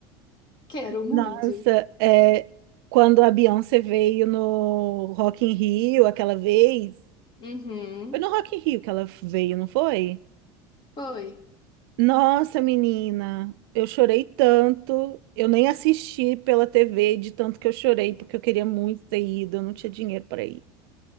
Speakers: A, on the left; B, on the right.
A: Quero muito.
B: Nossa, é, quando a Beyoncé veio no Rock in Rio aquela vez,
A: Uhum.
B: foi no Rock in Rio que ela veio, não foi?
A: Foi.
B: Nossa, menina, eu chorei tanto, eu nem assisti pela TV de tanto que eu chorei, porque eu queria muito ter ido, eu não tinha dinheiro para ir.